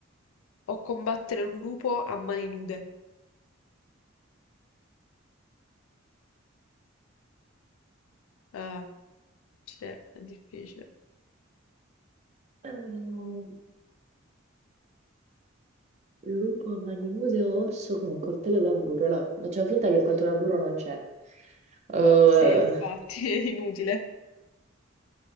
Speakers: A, on the left; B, on the right.
A: o combattere un lupo a mani nude? Eh, cioè, è difficile.
B: Ehm, lupo a mani nude o orso con un coltello da burro? Allora, facciamo finta che il coltello da burro non c'è. Eh,
A: Sì, infatti, <laughs> è inutile.